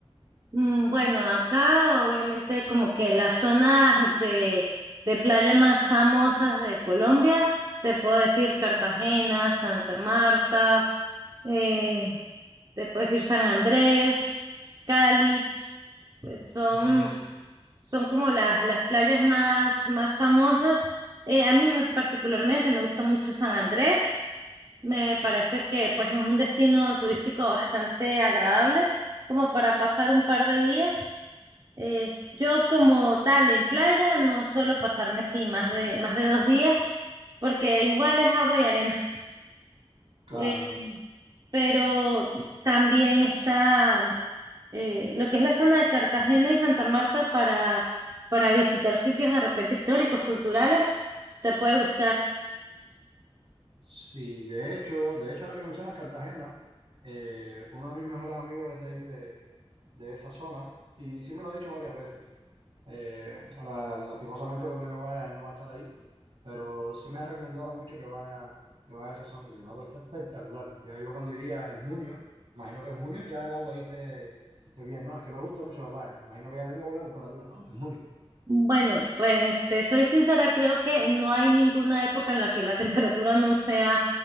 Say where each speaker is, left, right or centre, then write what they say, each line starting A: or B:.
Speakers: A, on the right; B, on the right.
A: Mm, Bueno, acá obviamente como que las zonas de, de playa más famosas de Colombia, te puedo decir Cartagena, Santa Marta, eh, te puedo decir San Andrés, Cali, pues son,
B: Mm,
A: son como las, las playas más, más famosas. Eh, a mí me, particularmente me gusta mucho San Andrés, me parece que pues es un destino turístico bastante agradable como para pasar un par de días. Eh, yo como tal en playa no suelo pasarme así más de, más de dos días porque igual es agua y arena. <laughs>
B: claro.
A: Eh, pero también está eh, lo que es la zona de Cartagena y Santa Marta para, para visitar sitios de repente históricos, culturales, te puede gustar.
B: Sí, de hecho, de hecho ahora que mencionas Cartagena, eh, uno de mis mejores amigos es de ahí de, de esa zona y sí me lo ha dicho varias veces. Eh, la- lastimosamente cuando yo vaya, él no va a estar ahí, pero sí me ha recomendado mucho que vaya, que vaya a esa zona y el agua está espectacular. Ya yo cuando iría en junio, imagino que en junio ya el agua ahí esté, esté bien, ¿no? Es que me gusta mucho la playa, me imagino que ya tenga buena temperatura, ¿no? En junio.
A: Bueno, pues te soy sincera, creo que no hay ninguna época en la que la <laughs> temperatura no sea